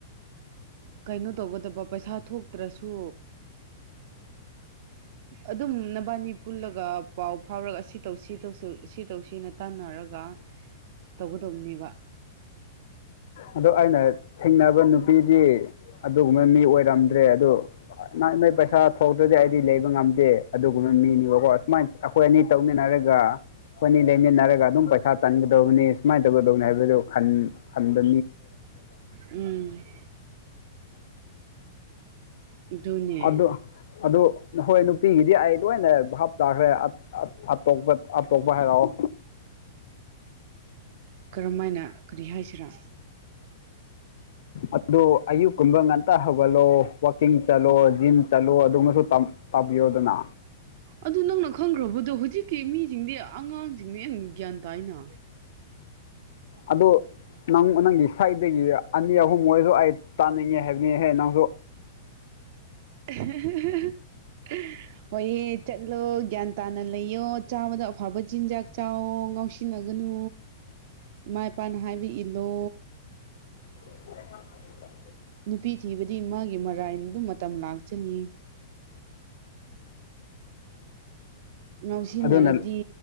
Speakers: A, on the right; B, on the left.
A: ꯀꯩꯅꯣ ꯇꯧꯒꯗꯕ ꯄꯩꯁꯥ ꯊꯣꯛꯇ꯭ꯔꯁꯨ ꯑꯗꯨꯝ ꯅꯕꯥꯅꯤ ꯄꯨꯜꯂꯒ ꯄꯥꯎ ꯐꯥꯎꯔꯒ ꯁꯤ ꯇꯧ ꯁꯤ ꯇꯧꯁꯤ ꯁꯤ ꯇꯧꯁꯤ ꯅ ꯇꯥꯟꯅꯔꯒ ꯇꯧꯒꯗꯕꯅꯦꯕ
B: ꯑꯗꯣ ꯑꯩꯅ ꯊꯦꯡꯅꯕ ꯅꯨꯄꯤꯗꯤ ꯑꯗꯨꯒꯨꯝꯕ ꯃꯤ ꯑꯣꯏꯔꯝꯗ꯭ꯔꯦ ꯑꯗꯣ ꯅ ꯅꯣꯏ ꯄꯩꯁꯥ ꯊꯣꯛꯇ꯭ꯔꯗꯤ ꯑꯩꯗꯤ ꯂꯩꯕ ꯉꯝꯗꯦ ꯑꯗꯨꯒꯨꯝꯕ ꯃꯤꯅꯤꯕꯀꯣ ꯑꯁꯨꯃꯥꯏꯅ ꯑꯩꯈꯣꯏ ꯑꯅꯤ ꯇꯧꯃꯤꯟꯅꯔꯒ ꯑꯩꯈꯣꯏ ꯑꯅꯤ ꯂꯩꯃꯤꯟꯅꯔꯒ ꯑꯗꯨꯝ ꯄꯩꯁꯥ ꯇꯟꯒꯗꯕꯅꯤ ꯁꯨꯃꯥꯏꯅ ꯇꯧꯒꯗꯧꯅꯤ ꯍꯥꯏꯕꯗꯨ ꯈꯟ ꯈꯟꯗ
A: ꯎꯝ ꯑꯗꯨꯅꯦ
B: ꯑꯗꯨ ꯑꯗꯨ ꯍꯣꯏ ꯅꯨꯄꯤꯒꯤꯗꯤ ꯑꯩ ꯂꯣꯏꯅ ꯚꯥꯞ ꯇꯥꯈ꯭ꯔꯦ ꯑꯇꯣꯞꯄ ꯑꯇꯣꯞꯄ ꯍꯥꯏꯔꯛꯑꯣ
A: ꯀꯔꯝ ꯍꯥꯏꯅ ꯀꯔꯤ ꯍꯥꯏꯁꯤꯔꯥ
B: ꯑꯗꯨ ꯑꯌꯨꯛ ꯀꯨꯝꯕ ꯉꯟ ꯑꯝꯠꯇ ꯍꯧꯒꯠꯂꯣ ꯋꯥꯛꯀꯤꯡ ꯆꯠꯂꯣ ꯖꯤꯝ ꯆꯠꯂꯣ ꯑꯗꯨꯒꯃꯁꯨ ꯇꯥꯕꯤꯌꯣꯗꯅ
A: ꯑꯗꯨ ꯅꯪꯅ ꯈꯪꯈ꯭ꯔꯕꯗꯣ ꯍꯧꯖꯤꯛꯀꯤ ꯃꯤꯁꯤꯡꯗꯤ ꯑꯉꯥꯡꯁꯤꯡꯅ ꯍꯦꯟꯅ ꯒ꯭ꯌꯥꯟ ꯇꯥꯏꯅ
B: ꯑꯗꯣ ꯅꯪ ꯅꯪꯒꯤ ꯁꯥꯏꯗꯒꯤ ꯑꯅꯤ ꯑꯍꯨꯝ ꯑꯣꯏꯔꯣ ꯑꯩ ꯇꯥꯅꯤꯡꯉꯦ ꯍꯥꯏꯕꯅꯤꯍꯦ ꯅꯪꯁꯨ
A: <unintelligible> ꯍꯣꯏꯌꯦ ꯆꯠꯂꯣ ꯒ꯭ꯌꯥꯟ ꯇꯥꯅ ꯂꯩꯌꯣ ꯆꯥꯕꯗ ꯑꯐꯕ ꯆꯤꯟꯖꯥꯛ ꯆꯥꯋꯣ ꯉꯥꯎꯁꯤꯟ ꯁꯤꯟꯅꯒꯅꯨ ꯏꯃꯥ ꯏꯄꯥꯅ ꯍꯥꯏꯕ ꯏꯜꯂꯣ
B: <unintelligible>
A: ꯅꯨꯄꯤ ꯊꯤꯕꯗꯤ ꯃꯥꯒꯤ ꯃꯔꯥꯏꯅ ꯑꯗꯨꯝ ꯃꯇꯝ ꯂꯥꯛꯆꯅꯤ ꯉꯥꯎꯁꯤꯟꯅꯔꯗꯤ
B: ꯑꯗꯨꯅ